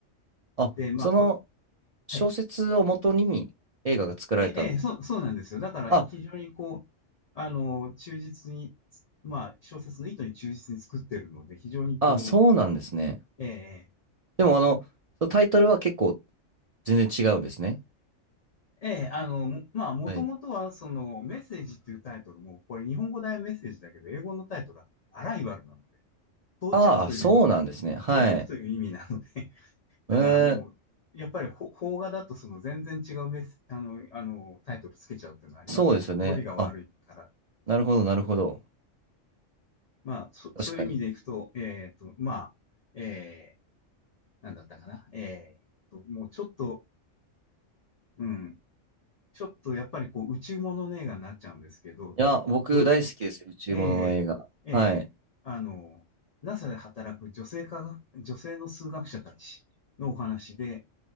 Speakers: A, on the right; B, on the left.
A: あ、
B: ー、で、まあ、
A: その
B: これ、
A: 小説をもとに映画が作られた。
B: はい。え、え、そう、そうなんですよ。だから非常にこう、
A: あ、
B: あの、忠実に、まあ、小説の意図に忠実に作ってるので、非常にこ
A: あ、そうなんですね。
B: う、え
A: でもあの、タイトルは結構全然違うんですね。
B: ー、えー、あの、もまあ、もともとは、
A: だいぶ
B: その、メッセージっていうタイトルも、これ日本語大メッセージだけど、英語のタイトルはアライバルなので、到着という
A: ああ、そうなんですね。はい。
B: 到着という意味なので、<laughs> だからもう、
A: えー
B: やっぱりほ邦画だとその全然違うメス、あの、あの、タイトルつけちゃうっていうのはありますね。
A: そうですよね。
B: 通りが悪いから。
A: あ、なるほど、なるほど。
B: まあ、そ、
A: 確かに。
B: そういう意味でいくと、
A: い
B: えっと、まあ、えー、なんだったかな。えっと、もうちょっと、うん、ちょっとやっぱりこう、宇宙ものの映画になっちゃうんですけど、
A: や、僕大好きですよ、
B: ど、
A: 宇宙ものの映画。
B: えー、えー、
A: はい。
B: あの、NASA で働く女性科学、女性の数学者たちのお話で、